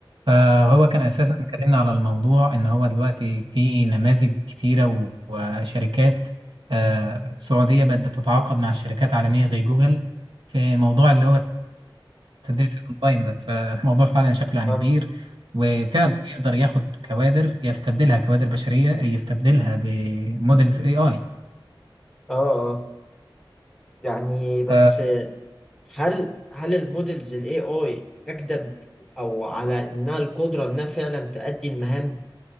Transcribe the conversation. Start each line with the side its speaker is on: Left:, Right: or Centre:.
Right: فهو كان اساسا اتكلمنا على الموضوع ان هو دلوقتي في نماذج كتيره و- وشركات آه، سعوديه بقت بتتعاقد مع شركات عالميه زي جوجل في موضوع اللي هو التدريب الاونلاين ده فالموضوع فعلا شكله يعني
Centre: اه
Right: كبير وفعلا يقدر ياخد كوادر يستبدلها كوادر بشريه يستبدلها بموديلز اي اي
Centre: اه اه يعني بس
Right: فهو
Centre: هل هل المودلز الاي اي اجدد او على انها القدره انها فعلا تأدي المهام